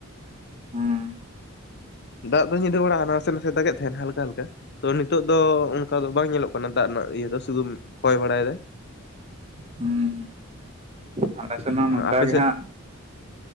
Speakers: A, on the right (about 30°); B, on the left (about 55°).
A: ᱦᱩᱸ
B: ᱫᱟᱜ ᱫᱚ ᱧᱤᱫᱟᱹ ᱵᱟᱲᱟ ᱦᱟᱱᱟ ᱱᱟᱥᱮ ᱱᱟᱥᱮ ᱫᱟᱜ ᱮᱫ ᱛᱟᱦᱮ ᱱᱟ ᱦᱟᱞᱠᱟ ᱦᱟᱞᱠᱟ ᱛᱚ ᱱᱤᱛᱳᱜ ᱫᱚ ᱚᱱᱠᱟ ᱫᱚ ᱵᱟᱝ ᱧᱮᱞᱚᱜ ᱠᱟᱱᱟ ᱫᱟᱜ ᱨᱮᱱᱟᱜ ᱤᱭᱟᱹ ᱫᱚ ᱥᱩᱫᱷᱩ ᱦᱚᱭ ᱵᱟᱲᱟᱭ ᱫᱟᱭ
A: ᱦᱩᱸ ᱟᱞᱮ ᱥᱮᱱ ᱦᱚᱸ ᱱᱚᱝᱠᱟ
B: ᱟᱯᱮ
A: ᱜᱮ
B: ᱥᱮᱫ
A: ᱦᱟᱸᱜ᱾